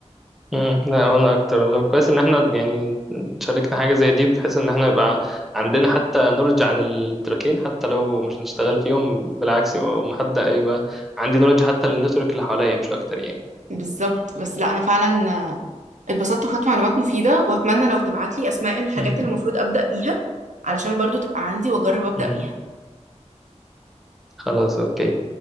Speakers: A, in the centre; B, on the right.
A: مم. لا وانا اكتر لو كويس ان احنا يعني شاركنا حاجه زي دي بحيث ان احنا يبقى عندنا حتى نولج عن التراكين حتى لو مش هنشتغل فيهم بالعكس يبقى محد يبقى عندي نولج حتى للنتورك اللي حواليا مش اكتر يعني
B: بالظبط بس لا انا فعلا آه، اتبسطت وخدت معلومات مفيده واتمنى لو تبعت لي اسماء الحاجات
A: مم.
B: اللي المفروض ابدا بيها علشان برضو تبقى عندي واجرب ابدا
A: مم.
B: بيها
A: خلاص اوكي